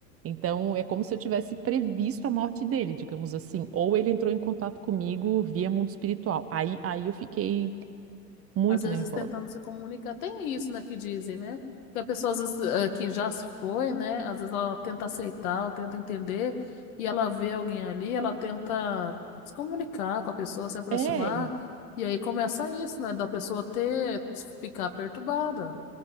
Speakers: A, on the right; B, on the left.
A: Então, é como se eu tivesse previsto a morte dele, digamos assim. Ou ele entrou em contato comigo via mundo espiritual. Aí, aí eu fiquei muito
B: Às vezes
A: nervosa.
B: tentando se comunicar. Tem isso, né, que dizem, né? Que a pessoa, às vezes, eh, que já se foi, né? Às vezes ela tenta aceitar, ela tenta entender, e ela vê alguém ali, ela tenta se comunicar com a pessoa, se aproximar,
A: É,
B: e aí começa isso, né? Da pessoa ter, ficar perturbada,